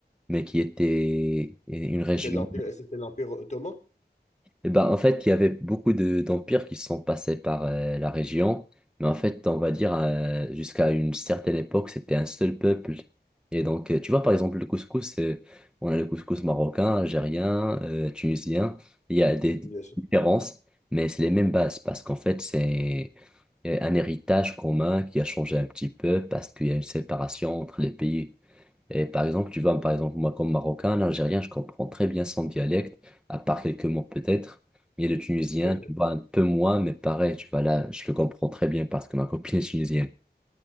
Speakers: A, in the centre; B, on the left (about 40°).
A: mais qui était une région
B: C'était l'Empire, c'était l'Empire ottoman,
A: et ben, en fait, il y avait beaucoup de, d'empires qui sont passés par euh, la région, mais en fait, on va dire, euh, jusqu'à une certaine époque, c'était un seul peuple. Et donc, euh, tu vois, par exemple, le couscous, euh, on a le couscous marocain, algérien, euh, tunisien, il y a des
B: bien sûr.
A: différences, mais c'est les mêmes bases, parce qu'en fait, c'est euh, un héritage commun qui a changé un petit peu, parce qu'il y a une séparation entre les pays. Et par exemple, tu vois, par exemple, moi, comme Marocain, l'Algérien, je comprends très bien son dialecte, à part quelques mots peut-être. Et le Tunisien,
B: Ok.
A: tu vois, un peu moins, mais pareil, tu vois, là, je le comprends très bien parce que ma <laughs> copine est tunisienne.